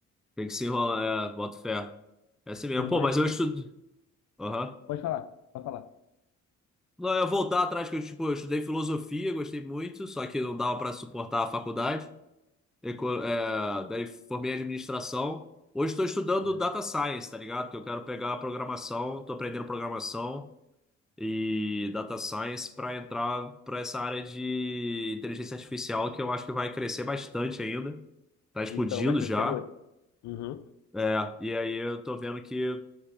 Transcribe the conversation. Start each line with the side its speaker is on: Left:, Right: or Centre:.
Centre: tem que se enrolar, é, boto fé. É assim mesmo.
Left: Por
Centre: Pô,
Left: mais
Centre: mas eu
Left: que...
Centre: estudo. Aham.
Left: Pode falar, pode falar.
Centre: Não, eu ia voltar atrás, que eu, tipo, eu estudei filosofia, gostei muito, só que não dava pra suportar a faculdade. Eco- é, daí formei administração. Hoje estou estudando
Left: Aham.
Centre: data science, tá ligado? Que eu quero pegar a programação, tô aprendendo programação. e data science para entrar para essa área de inteligência artificial que eu acho que vai crescer bastante ainda. Tá explodindo
Left: Então, vai crescer
Centre: já.
Left: muito. Uhum.
Centre: É, e aí eu tô vendo que eu